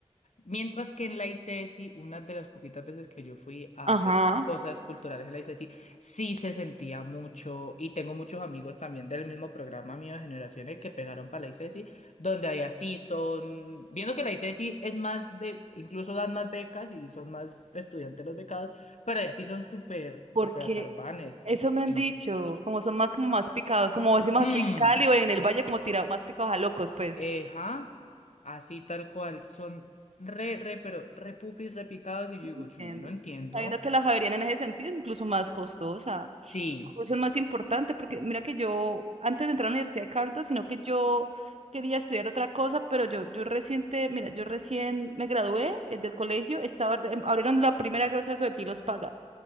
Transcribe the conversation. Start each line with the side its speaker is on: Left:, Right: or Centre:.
Left: Mientras que en la ICESI, una de las poquitas veces que yo fui a
Right: Ajá,
Left: hacer cosas culturales en la ICESI, sí se sentía mucho, y tengo muchos amigos también del mismo programa mío de generaciones que pegaron para la ICESI, donde allá sí son, viendo que la ICESI es más de, incluso dan más becas y son más estudiantes los becados, pero allá sí son súper,
Right: porque
Left: súper atarbanes.
Right: eso me
Left: Yo,
Right: han dicho, como son más como más picados, como decimos
Left: hmm,
Right: aquí en Cali o en el Valle, como tirados, más picados a locos, pues.
Left: eh, ja, así tal cual, son re, re, pero re pupis, repicados, y yo digo,
Right: Entiendo.
Left: yo no entiendo.
Right: Sabiendo que la Javeriana en ese sentido es incluso más costosa,
Left: Sí.
Right: incluso es más importante, porque mira que yo, antes de entrar a la Universidad de Caldas, sino que yo quería estudiar otra cosa, pero yo, yo reciente, mira, yo recién me gradué eh, del colegio, estaba, em, abrieron la primera cosa de eso de Pilos Paga,